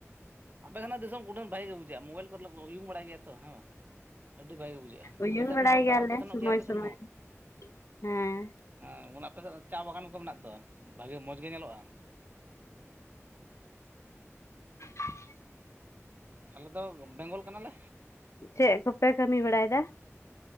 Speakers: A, on the right; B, on the left.
A: ᱟᱯᱮ ᱥᱮᱱᱟᱜ ᱫᱤᱥᱚᱢ ᱠᱩᱰᱷᱟᱹᱱ ᱵᱷᱟᱹᱜᱤ ᱜᱮ <unintelligible> ᱾ ᱢᱳᱵᱟᱭᱤᱞ ᱠᱚᱨᱮ ᱩᱭᱩᱝ ᱵᱟᱲᱟᱭ ᱜᱮᱭᱟ ᱛᱚ ᱦᱮᱸ ᱵᱟᱝ? ᱟᱹᱰᱤ ᱵᱷᱟᱹᱜᱤ ᱜᱮ ᱵᱩᱡᱷᱟᱹᱜᱼᱟ,
B: ᱩᱭᱩᱝ
A: ᱟᱞᱮ ᱥᱮᱫ
B: ᱵᱟᱲᱟᱭ
A: ᱨᱮᱱ ᱦᱚᱲ
B: ᱜᱮᱭᱟᱞᱮ
A: ᱫᱟᱬᱟᱱ ᱠᱚ ᱥᱮᱱᱚᱜ
B: ᱥᱚᱢᱚᱭ
A: ᱜᱮᱭᱟ ᱟᱯᱮ
B: ᱥᱚᱢᱚᱭ
A: ᱥᱮᱫ ᱦᱚᱸ᱾
B: ᱦᱮᱸ
A: ᱦᱮᱸ ᱚᱱᱟ ᱟᱯᱮᱥᱮᱫ ᱫᱚ ᱪᱟ ᱵᱟᱜᱟᱱ ᱠᱚ ᱢᱮᱱᱟᱜ ᱫᱚ ᱵᱷᱟᱜᱮ ᱢᱚᱡᱽ ᱜᱮ ᱧᱮᱞᱚᱜᱼᱟ᱾
B: <unintelligible>
A: ᱟᱞᱮ ᱫᱚ ᱵᱮᱝᱜᱚᱞ ᱠᱟᱱᱟᱞᱮ᱾
B: ᱪᱮᱜ ᱠᱚᱯᱮ ᱠᱟᱹᱢᱤ ᱵᱟᱲᱟᱭᱮᱫᱟ?